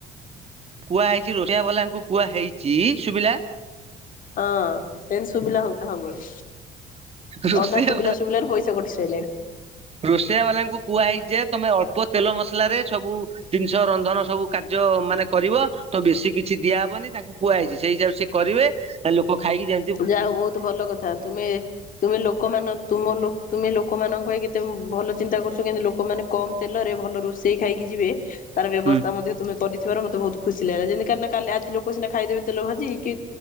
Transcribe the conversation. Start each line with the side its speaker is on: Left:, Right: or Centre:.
Right: କୁହା ହେଇଛି ରୋଷେଇଆ ବାଲାଙ୍କୁ କୁହା ହେଇଛି ଶୁଭିଲା?
Left: ହଁ ସେମିତି ଶୁଭିଲା ହେଉଥାଉ ବେଳେ
Right: ରୋଷେଇଆ
Left: ଅଧା ଶୁଭିଲା ଶୁଭିଲାରେ ପଇସା କଟି ସାରିଲାଣି।
Right: ରୋଷେଇୟା ବାଲାଙ୍କୁ କୁହା ହେଇଚି ଯେ ତମେ ଅଳ୍ପ ତେଲ ମସଲା ରେ ସବୁ ଜିନିଷ ରନ୍ଧନ ସବୁ କାର୍ଯ୍ୟ ମାନେ କରିବ। ତ ବେଶୀ କିଛି ଦିଆହବନି ତାଙ୍କୁ କୁହାହେଇଛି ସେଇ ହିସାବରେ ସେ କରିବେ ଆ ଲୋକ ଖାଇକି ଯେ
Left: ଯା ହଉ ବହୁତ ଭଲ କଥା ତୁମେ ତୁମେ ଲୋକମାନ ତୁମ ତୁମେ ଲୋକମାନଙ୍କ ପାଇଁ କେତେ ଭଲ ଚିନ୍ତା କରୁଛ କିନ୍ତୁ ଲୋକମାନେ କମ ତେଲରେ ଭଲ ରୋଷେଇ ଖାଇକି ଯିବେ। ତାର ବ୍ୟବସ୍ଥା
Right: ହୁଁ
Left: ମଧ୍ୟ ତୁମେ କରିଥିବାରୁ ମତେ ବହୁତ ଖୁସି ଲାଗିଲା ଯେମିତି କାରଣ କାଲି ଆଜି ଲୋ କ ସିନା ଖାଇଦେବେ ତେଲ ଭାଜି କି